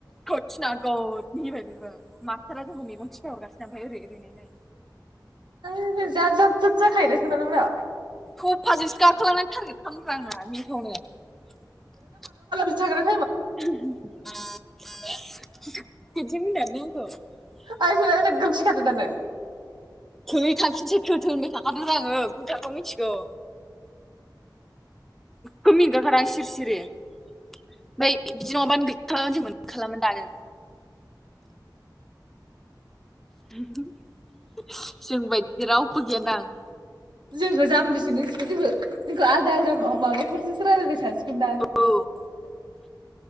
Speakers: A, in the centre; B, on the right.
A: खोबथिना गोद मिनिबाय बेबो मास्टारा जोंखो मेगन थिफाय हरगासिनो ओमफाय ओरै ओरै नाय
B: ओ जाद जाद जाद जाखायोलै सोनालै मोनहा
A: थ फाजोंसो गाखोलांनायनि टारगेट खामोन ब्रा आंना <unintelligible>
B: साग्रो
A: <unintelligible> <unintelligible>
B: आइ सोनाया <unintelligible> दानो
A: थौलै थांफिनसै थौ थौ होनबाय थाखादों रा आङो खुनिथाखौ मिथिगौ नोगोद मिनिनो ओंखारदों आं सिरि सिरि <unintelligible> ओमफ्राय बिदि नङाबानो गैखालामोन जों मोनखालामोन दानो <unintelligible> जोंबायदि रावबो गैयानदां
B: जोंखौ जामबिसो नंसिगोन जोंखौ जोंखो आलदा आलदा माबाफोरजोंसो रायलायदो सानसिगोनदां
A: <unintelligible>